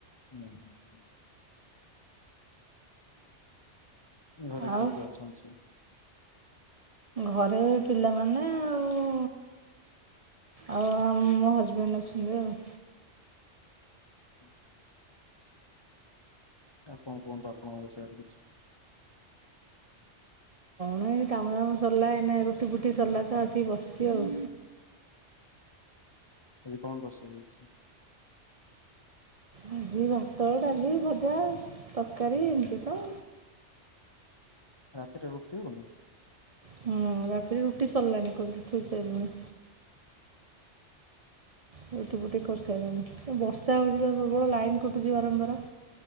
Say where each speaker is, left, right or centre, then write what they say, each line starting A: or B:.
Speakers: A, on the left (about 35°); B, on the right (about 40°).
A: ହୁଁ ହୁଁ ଘରେ
B: ଆଉ
A: କିଏ କିଏ ଅଛନ୍ତି ସବୁ?
B: ଘରେ ପିଲାମାନେ ଆଉ ଆଉ ଆ ମୋ ହଜବେଣ୍ଡ ଅଛନ୍ତି ଆଉ।
A: ହୁଁ ଆପଣ କୁହନ୍ତୁ ଆପଣଙ୍କ ବିଷୟରେ କିଛି।
B: ହଁ ଏନେ କାମଦାମ ସରିଲା ଏଇନେ ରୁଟି ଫୁଟି ସରିଲା ତ ଆସିକି ବସିଛି ଆଉ।
A: ଆଜି କଣ ରୋଷେଇ ହେଇଛି?
B: ଆଜି ଭାତ, ଡାଲି, ଭଜା, ତରକାରୀ ଏମିତି ତ
A: ରାତିରେ ରୁଟି ହୋଉନି?
B: ହୁଁ ରାତିରେ ରୁଟି ସରିଲାଣି କରିକି ଥୋଇ ସାରିଲିଣି। ରୁଟି ଫୁଟି କରିସାରିଲଣି ବର୍ଷା ହେଉଛିି ବା ପ୍ରବଳ ଲାଇନ୍ କୁଟୁଛି ବାରମ୍ବାର।